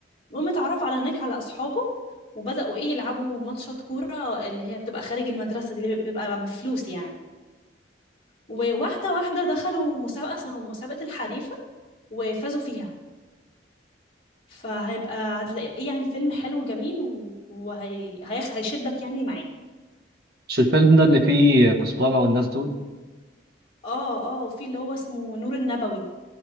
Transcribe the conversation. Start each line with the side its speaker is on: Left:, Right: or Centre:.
Left: المهم اتعرف على هناك على أصحابه وبدأوا ايه يلعبوا ماتشات كورة اللي هي بتبقى خارج المدرسة دي اللي بتبقى بفلوس يعني وواحدة واحدة دخلوا مسابقة اسمها مسابقة الحريفة وفازوا فيها فهيبقى هتلاقيه يعني فيلم حلو جميل و- وهي هي- هيشدك يعني معاه
Right: مش الفيلم ده اللي فيه كزبرة والناس دول
Left: اه اه وفي اللي هو اسمه نور النبوي